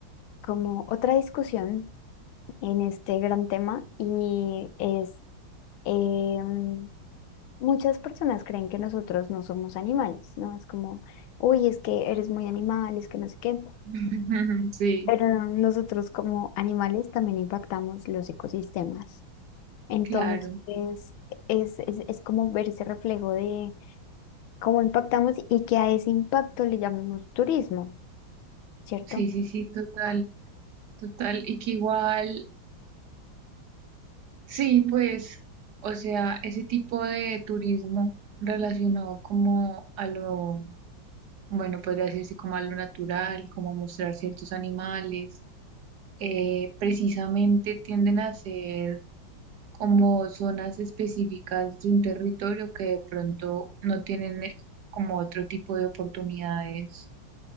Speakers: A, on the left; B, on the right.
A: como otra discusión en este gran tema y es em, Muchas personas creen que nosotros no somos animales, ¿no? Es como, uy, es que eres muy animal, es que no sé qué.
B: <laughs> Sí,
A: Pero nosotros como animales también impactamos los ecosistemas. Entonces,
B: claro.
A: es, es, es como ver ese reflejo de cómo impactamos y que a ese impacto le llamemos turismo, ¿cierto?
B: Sí, sí, sí, total, total. Y que igual, sí, pues, o sea, ese tipo de turismo relacionado como a lo, bueno, podría decirse como a lo natural, como a mostrar ciertos animales eh, precisamente tienden a ser como zonas específicas de un territorio que de pronto no tienen eh, como otro tipo de oportunidades